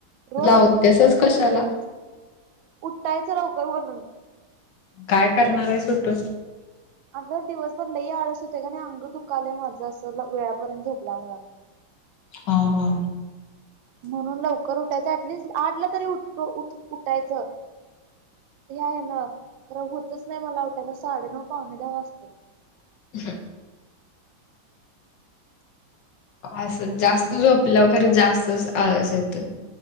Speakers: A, on the right (about 80°); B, on the left (about 65°).
A: रोज
B: लावतेसच कशाला.
A: उठायचं लवकर म्हणून.
B: काय करणार आहे उठून?
A: अगं दिवसभर लय आळस येतोय गं अंग दुखालय माझं असं वेळापर्यंत झोपल्यामुळ
B: हा हा
A: म्हणून लवकर उठायचं अ ऍटलिस्ट आठला तरी उ उठायचं ह्या हे ना खरं होतच नाही मला उटायला साडेनऊ पाहणे दहा वाजत्यात.
B: ह असं जास्त झोपल्यावर खरं जास्तच आळस येतोय.